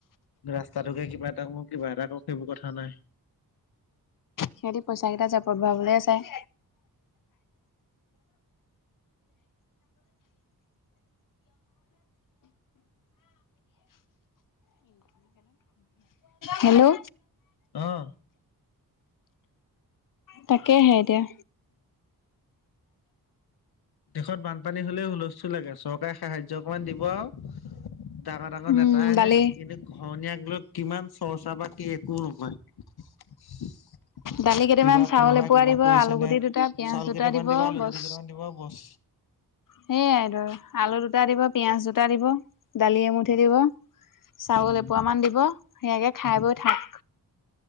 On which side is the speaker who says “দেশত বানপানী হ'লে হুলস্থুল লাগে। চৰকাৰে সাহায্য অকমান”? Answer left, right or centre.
Left